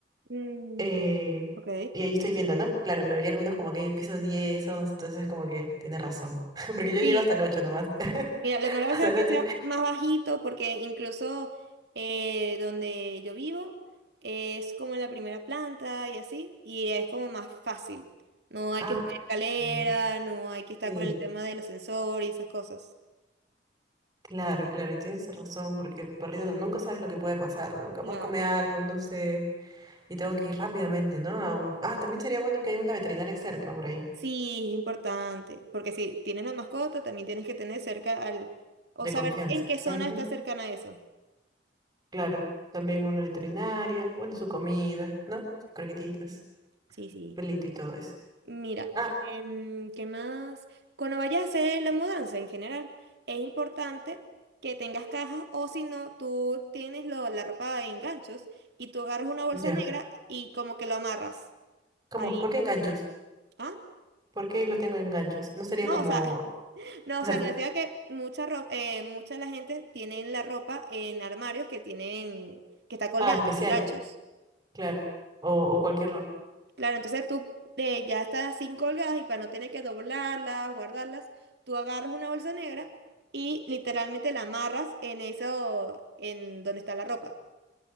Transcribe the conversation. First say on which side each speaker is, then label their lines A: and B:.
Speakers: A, on the right; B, on the right.
A: Mm,
B: eh,
A: ok.
B: y ahí estoy viendo, ¿no? Claro, claro, y algunos como que hay pisos 10, 11, entonces como que tienes razón. <laughs> Porque yo llego
A: Sí,
B: hasta el 8 nomás. <laughs>
A: mira, lo mejor
B: Hasta
A: va a ser
B: el
A: que
B: ocho
A: sea más bajito porque incluso eh, donde yo vivo es como en la primera planta y así, y es como más fácil. No hay
B: Ah,
A: que subir escalera,
B: ya, ya, ya.
A: no hay que estar
B: Sí.
A: con el tema del ascensor y esas cosas.
B: Claro, claro, y tienes razón, porque el perrito nunca sabes lo que puede pasar, ¿no? Capaz
A: Claro.
B: come algo, no sé, y tengo que ir rápidamente, ¿no? A un- Ah, también sería bueno que haya una veterinaria cerca por ahí,
A: Sí, es importante, porque si tienes la mascota, también tienes que tener cerca al, o
B: de
A: saber
B: confianza.
A: en qué zona
B: Ujú,
A: está cercana a eso.
B: claro, también una veterinaria, bueno, su comida, ¿no? Sus
A: Ujú.
B: croquetitas,
A: Sí, sí.
B: pelito y todo eso.
A: Mira,
B: Ah,
A: em, ¿qué más? Cuando vayas a hacer la mudanza en general, es importante que tengas cajas o si no, tú tienes lo- la ropa en ganchos y tú agarras una bolsa
B: ya.
A: negra y como que lo amarras
B: ¿Cómo?
A: ahí.
B: ¿Por qué enganchos?
A: ¿Ah?
B: ¿Por qué lo tengo en ganchos? No sería
A: No,
B: como...
A: o sea... No,
B: <laughs>
A: o sea, les decía que mucha ropa, mucha de la gente tienen la ropa en armarios que tienen, que está colgada,
B: Ah, especial,
A: en ganchos.
B: claro. O, o cualquier ropa.
A: Claro, entonces tú eh, ya estás así colgadas y para no tener que doblarlas, guardarlas, tú agarras una bolsa negra y literalmente la amarras en eso, en donde está la ropa.